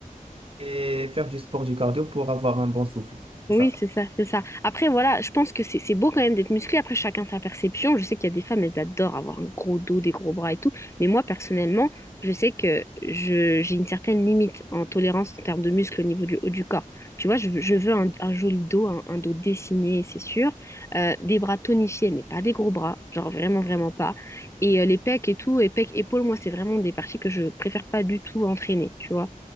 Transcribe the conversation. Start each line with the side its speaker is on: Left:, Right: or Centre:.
Right: et faire du sport, du cardio pour avoir un bon souffle. C'est
Left: Oui,
Right: ça.
Left: c'est ça, c'est ça. Après, voilà, je pense que c'est c'est beau quand même d'être musclé. Après, chacun sa perception. Je sais qu'il y a des femmes, elles adorent avoir un gros dos, des gros bras et tout. Mais moi, personnellement, je sais que je, j'ai une certaine limite en tolérance en termes de muscles au niveau du haut du corps. Tu vois, je, veux je veux un, un joli dos, un, un dos dessiné, c'est sûr. Euh, des bras tonifiés, mais pas des gros bras. Genre vraiment, vraiment pas. Et euh, les pecs et tout, et pecs, épaules, moi, c'est vraiment des parties que je préfère pas du tout entraîner, tu vois.